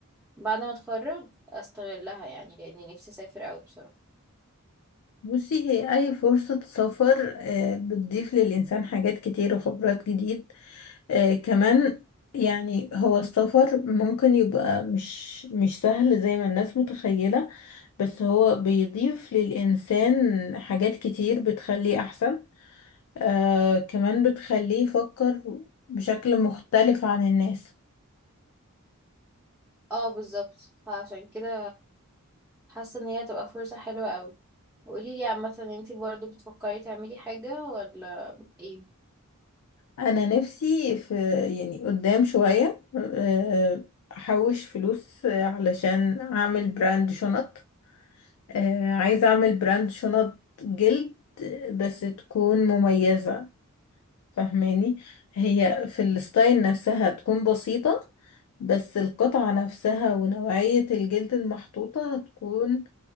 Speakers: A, in the centre; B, on the left (about 75°).
A: بعد ما اتخرج استغلها يعني لاني نفسي اسافر قوي بصراحه
B: بصي هي أي فرصة سفر آه، بتضيف للإنسان حاجات كتير وخبرات جديد آه، كمان يعني هو السفر ممكن يبقى مش مش سهل زي ما الناس متخيلة بس هو بيضيف للإنسان حاجات كتير بتخليه أحسن آه كمان بتخليه يفكر بشكل مختلف عن الناس
A: اه بالظبط فعشان كده حاسه ان هي تبقى فرصه حلوه قوي قولي لي مثلا انتي برضو بتفكري تعملي حاجة ولا ايه
B: أنا نفسي في يعني قدام شوية آه، أحوش فلوس آه، علشان أعمل براند شنط آه عايزة أعمل براند شنط جلد آه، بس تكون مميزة فاهماني هي في الستايل نفسها تكون بسيطة بس القطعة نفسها ونوعية الجلد المحطوطة هتكون